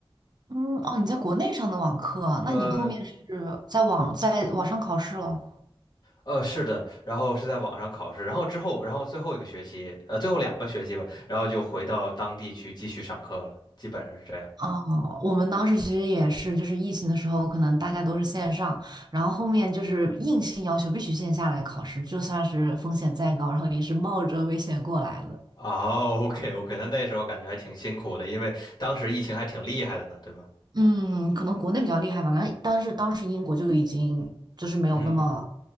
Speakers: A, on the right; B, on the left.
A: 嗯，哦，你在国内上的网课，
B: 呃
A: 那你后面是在网在网上考试了？
B: 呃，是的，然后是在网上考试，然后之后，然后最后一个学期，呃，最后两个学期吧，然后就回到当地去继续上课了，基本上是这样。
A: 哦，我们当时其实也是，就是疫情的时候，可能大家都是线上，然后后面就是硬性要求必须线下来考试，就算是风险再高，然后也是冒着危险过来的。
B: 啊，OK OK，那那时候感觉还挺辛苦的，因为当时疫情还挺厉害的呢，对吧？
A: 嗯，可能国内比较厉害吧，那但是当时英国就已经就是没有那么，
B: 嗯嗯。